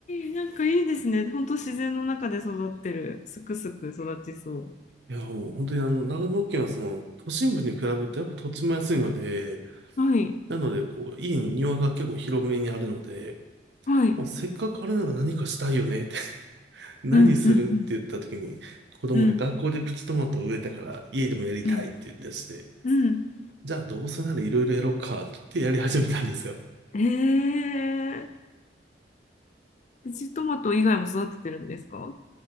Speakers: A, on the left (about 40°); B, on the right (about 70°).
A: い。なんかいいですね。ほんと自然の中で育ってる。すくすく育ちそ
B: や、もう本当にあの、長野県はその都心部に比べるとやっぱ土地も安いので、
A: う。はい。
B: なのでこう、家に庭が結構広めにあるので、
A: はい。
B: まあ、せっかくあるなら何かしたいよねって何するって言った時に、
A: うんうんうん。
B: 子供が学校でプチトマトを植えたから家でもやりたいって言い出して、
A: うん。うん。うん。
B: じゃあどうせならいろいろやろうかって言ってやり始めたんですよ。
A: えー、プチトマト以外も育ててるんですか